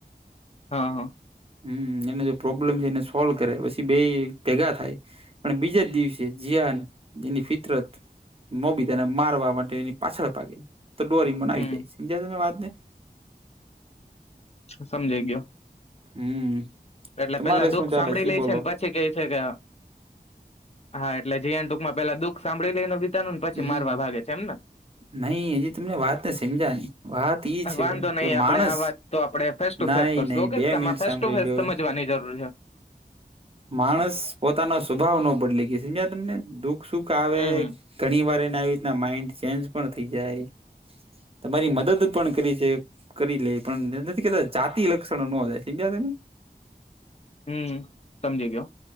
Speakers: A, on the left (about 40°); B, on the right (about 35°).
A: હા હા.
B: હમ એને જો પ્રોબ્લેમ છે એને સોલ્વ કરે પછી બે ભેગા થાય. પણ બીજે જ દિવસે જીયાન એની ફિતરત નોબીતાને મારવા માટે એની પાછળ ભાગે. તો ડોરેમોન
A: હમ.
B: આવી જાય સમજાય તમે વાતને.
A: સમજાય ગયો.
B: હમ.
A: એટલે
B: તમારે
A: પેલા દુઃખ
B: શું ચાલે
A: સાભળી લે
B: ઈ બોલો
A: છે ને પછી છે કે છે કે હા હા એટલે જીયાન ટૂંકમાં પેલા દુઃખ સાંભળી લેય નો બી તા નું ને પછી
B: હમ
A: મારવા ભાગે છે એમને?
B: નહી હજી તમને વાત ને સમજા ની વાત એઈ છે
A: વાંધો નહી
B: કે
A: આપડે
B: માણસ
A: આ વાત તો આપણે ફેસ ટુ
B: નહી
A: ફેસ કરશું
B: નહી બે
A: તમારે
B: મિનિટ
A: ફેસ
B: સાંભળી
A: ટુ ફેસ
B: લ્યો
A: સમજવાની જરૂર છે.
B: માણસ પોતાનો સ્વભાવ ન બદલી ગયો છે સમજ્યા તમને દુઃખ સુખ આવે.
A: હમ હમ.
B: ઘણી વાર એને આવી રીતના માઇન્ડ ચેન્જ પણ થઇ જાય. તમારી મદદ પણ કરી છે. કરી લે પણ નથી કેતા જાતિ લક્ષણો ન જાય સમજ્યા તમે?
A: હમ સમજી ગયો.